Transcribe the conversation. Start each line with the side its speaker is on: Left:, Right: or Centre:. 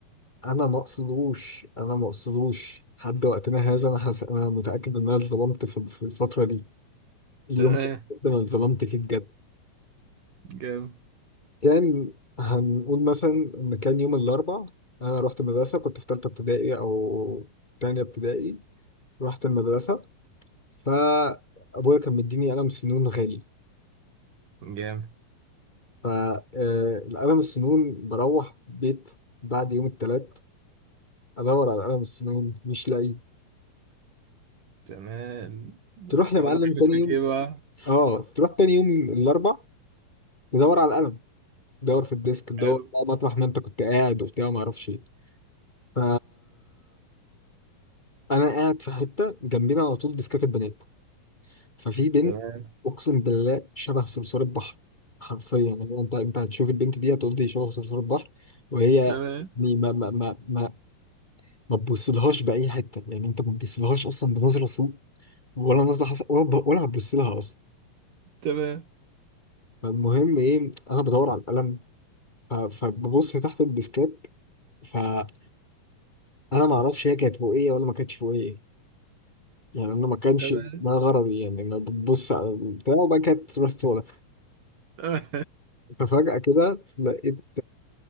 Left: انا ما اقصدوش انا ما اقصدوش لحد وقتنا هذا انا حس... انا متاكد ان انا اتظلمت في في الفتره دي اليوم
Right: تمام
Left: ده انا اتظلمت فيه بجد
Right: جامد
Left: كان هنقول مثلا ان كان يوم الاربع انا رحت المدرسه كنت في ثالثه ابتدائي او تانية ابتدائي رحت المدرسه فابويا كان مديني قلم سنون غالي
Right: جامد
Left: فالقلم السنون بروح بيت بعد يوم الثلاث ادور على قلم السنون مش لاقي
Right: تمام
Left: تروح يا معلم
Right: ابوك عامل
Left: تاني
Right: فيك
Left: يوم
Right: ايه بقى
Left: اه تروح تاني يوم الاربع تدور على القلم تدور في الديسك تدور
Right: حلو
Left: بقى مطرح ما انت كنت قاعد وبتاع ما اعرفش ايه ف انا قاعد في حته جنبينا على طول ديسكاك البنات ففي بنت
Right: تمام
Left: اقسم بالله شبه صرصور البحر حرفيا يعني انت انت هتشوف البنت دي هتقول دي شبه صرصور البحر وهي
Right: تمام
Left: يعني ما ما ما ما, ما تبصلهاش باي حته يعني انت ما تبصلهاش اصلا بنظره سوء ولا نظره حسن ولا ب- ولا هتبص لها اصلا
Right: تمام
Left: فالمهم ايه انا بدور على القلم ف- فببص تحت الديسكات فانا ما اعرفش هي كانت فوقيه ولا ما كانتش فوقيه يعني انا ما كانش
Right: تمام
Left: ده غرضي يعني انا ببص على البتاع وبعد كده تروح تطلع.
Right: تمام.
Left: ففجأة كده لقيت